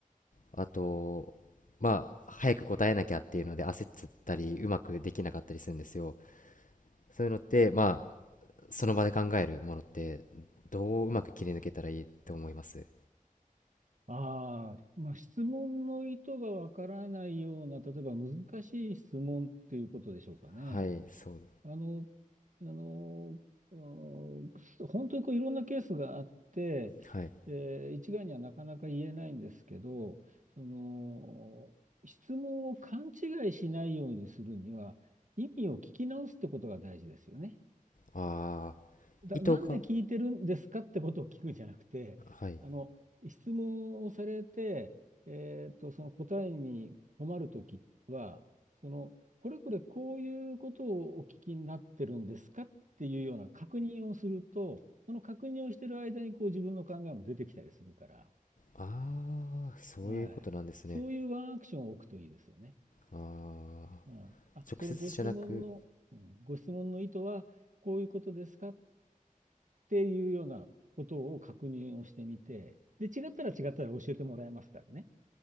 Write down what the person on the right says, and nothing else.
ああ、まあ、質問の意図がわからないような、例えば難しい質問っていうことでしょうかね。
あの、あの、うん本当にこういろんなケースがあって、
えー一概にはなかなか言えないんですけど、その、質問を勘違いしないようにするには、意味を聞き直すってことが大事ですよね。
だ、
なんで聞いてるんですかってことを聞くんじゃなくて、
あの、質問をされて、えーと、その答えに困るときは、その、これこれこういうことをお聞きになってるんですかっていうような確認をすると、その確認をしてる間にこう自分の考えも出てきたりするから、
はい。そういうワンアクションを置くといいですよね。
うん。あ、
そのご質問の、うん、ご質問の意図はこういうことですかっていうようなことを確認をしてみて、で、違ったら違ったら教えてもらえますからね。